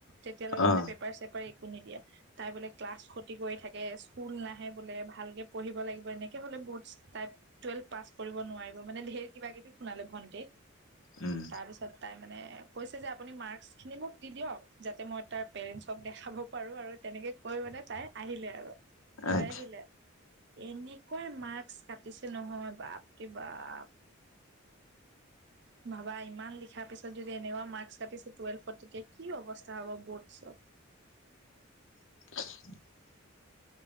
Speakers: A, on the right (about 55°); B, on the left (about 70°).
A: তেতিয়ালৈকে
B: অ
A: মানে পেপাৰ চেপাৰ শু নি দিয়া <unintelligible> তাই বোলে ক্লাছ ক্ষতি কৰি থাকে এ স্কুল নাহে বোলে, ভালকে পঢ়িব লাগিব এনেকে হ'লে বহুত টাইপ টুৱেলভ পাছ কৰিব নোৱাৰিব মানে, ধেৰ কিবা কিবি শুনালে ভনটিক
B: উম
A: তাৰপিছত তাই মানে কৈছে যে আপুনি মাৰ্কছখিনি মোক দি দিয়ক, যাতে মই তাৰ পেৰেণ্টছক দেখাব পাৰো আৰু, তেনেকে কৈ মানে তাই আহিলে আৰু, লৈ
B: আচ্ছা
A: আহিলে এনেকুৱাই মাস্স কাটিছে নহয়, বাপৰে বাপ ভাবা ইমান লিখাৰ পিছত যদি এনেকুৱা মাৰ্ক কাতিছে, টুৱেল গতিকে কি অৱস্থা হ'ব <unintelligible> ৱাটছএপ
B: <inaudible>